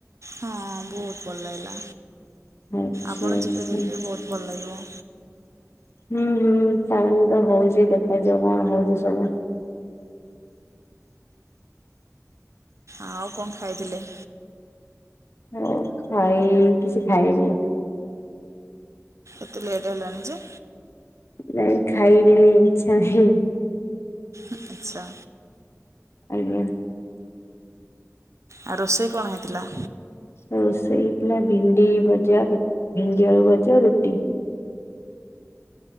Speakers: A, on the right (about 80°); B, on the left (about 60°).
A: ହଁ ବୋହୁତ ଭଲ ଲାଗିଲା।
B: ଆଚ୍ଛା
A: ଆପଣ
B: ଆଚ୍ଛା
A: ଯିବେ ଦେଖିବେ ବୋହୁତ ଭଲ ଲାଗିବ।
B: ହୁଁ ହୁଁ ଟାଇମ୍ ତ ହୋଉଚି ଦେଖାଯାଉ କଣ ହୋଉଚି ସବୁ
A: ଆଉ କଣ ଖାଇଥିଲେ?
B: ହୋ ଖାଇ କିଛି ଖାଇନି।
A: ଏତେ ଲେଟ୍ ହେଲାଣି ଯେ।
B: ନାଇଁ ଖାଇବିନି ଇଚ୍ଛା ନାହିଁ।
A: ଉଁ ଆଚ୍ଛା।
B: ଆଜ୍ଞା।
A: ଆଉ ରୋଷେଇ କଣ ହେଇଥିଲା?
B: ରୋଷେଇ ହେଇ ଥିଲା ଭେଣ୍ଡି ଭଜା ଭେଣ୍ଡି ଆଳୁ ଭଜା ରୁଟି।